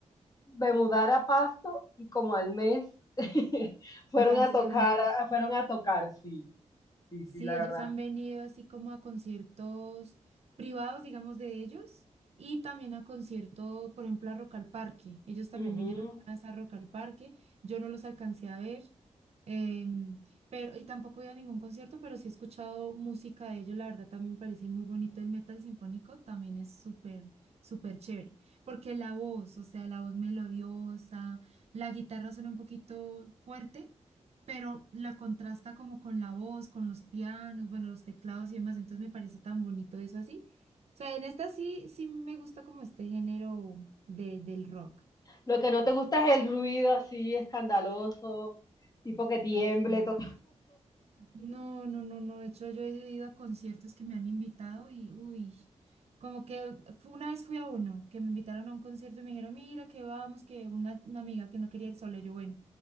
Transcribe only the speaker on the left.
me mudara a Pasto y como al mes <laughs> fueron
a
tocar, a- fueron a tocar, sí, sí,
sí, la
verdad.
Ujú.
Lo que no te gusta es el ruido así escandaloso, tipo que tiemble,
todo.